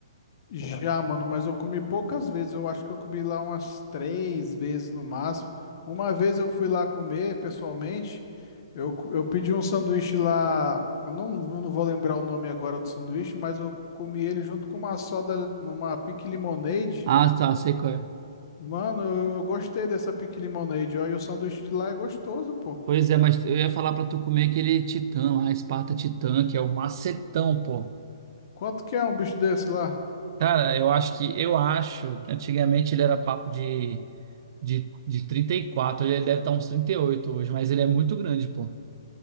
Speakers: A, on the left; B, on the right.
A: Já, mano, mas eu comi poucas vezes. Eu acho que eu comi lá umas três vezes no máximo. Uma vez eu fui lá comer pessoalmente. Eu, co- eu pedi um sanduíche lá. Eu não, não vou lembrar o nome agora do sanduíche, mas eu comi ele junto com uma soda, numa pique lemonade.
B: Ah, tá, sei qual é.
A: Mano, eu, eu gostei dessa pique lemonade. ó, e o sanduíche de lá é gostoso, pô.
B: Pois é, mas eu ia falar pra tu comer aquele Titã lá, Esparta Titã, que é o macetão, pô.
A: Quanto que é um bicho desse lá?
B: Cara, eu acho que, eu acho, que antigamente ele era papo de, de, de trinta e quatro ele deve estar uns 38 hoje, mas ele é muito grande, pô.